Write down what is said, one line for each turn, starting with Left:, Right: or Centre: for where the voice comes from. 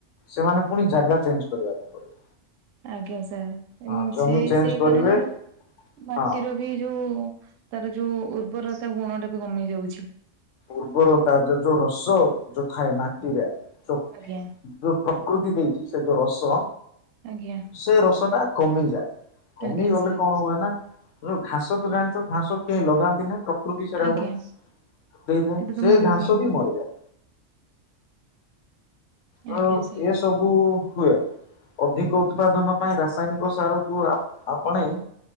Left: ସେମାନେ ପୁଣି ଜାଗା ଚେଞ୍ଜ କରିବାକୁ ପଡିବ।
Right: ଆଜ୍ଞା ସାର୍।
Left: ହଁ ଜମି
Right: ସେ
Left: ଚେଞ୍ଜ
Right: ସେଇ
Left: କରିବେ
Right: କାରଣରୁ ମାଟିର
Left: ହଁ
Right: ବି ଯୋଉ। ତାର ଯୋଉ ଉର୍ବର ତା ଗୁଣ ଟା ବି କମି ଯାଉଛି।
Left: ଉର୍ବରତା ଯ ଯୋଉ ରସ ଯୋଉ ଥାଏ ମାଟିର। ଯ
Right: ଆଜ୍ଞା
Left: ଯୋଉ ପ୍ରକୃତି ଦେଇଛି ସେ ଯୋଉ ରସ।
Right: ଆଜ୍ଞା
Left: ସେ ରସ ଟା କମିଯାଏ କମିଗଲେ
Right: ଆଜ୍ଞା ସାର୍
Left: କଣ ହୁଏ ନା। ଘାସ ତ ଜାଣିଛ ଘାସ କେହି ଲଗାନ୍ତି ନା ପ୍ରକୃତି ସେଇଟା
Right: ଆଜ୍ଞା
Left: ଗୋଟେ। ଦେଇଥାଏ
Right: ସେଟା ତ
Left: ସେ
Right: ମନକୁ
Left: ଘାସ
Right: ହିଁ ହୁଏ
Left: ବି ମରିଯାଏ। ତ
Right: ଆଜ୍ଞା ସାର୍
Left: ଏସବୁ ହୁଏ ଅଧିକ ଉତ୍ପାଦନ ପାଇଁ ରାସାୟନିକ ସାର। କୁ ଆପ ଆପଣେଇ